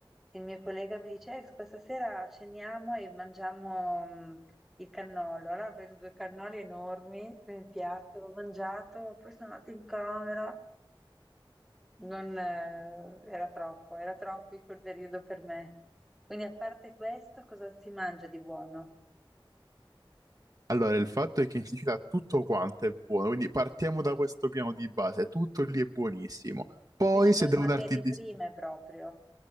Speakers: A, in the centre; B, on the right.
A: il mio collega mi dice: "Eh, questa sera ceniamo e mangiamo mh, il cannolo. Allora ho preso due cannoli enormi nel piatto, l'ho mangiato, poi sono andata in camera. Non, eh, era troppo, era troppo in quel periodo per me. Quindi, a parte questo, cosa si mangia di buono?
B: Allora, il fatto è che in Sicilia tutto quanto è buono, quindi partiamo da questo piano di base, tutto lì è buonissimo. Poi,
A: Principalmente
B: se devo
A: materie
B: darti dei...
A: prime proprio,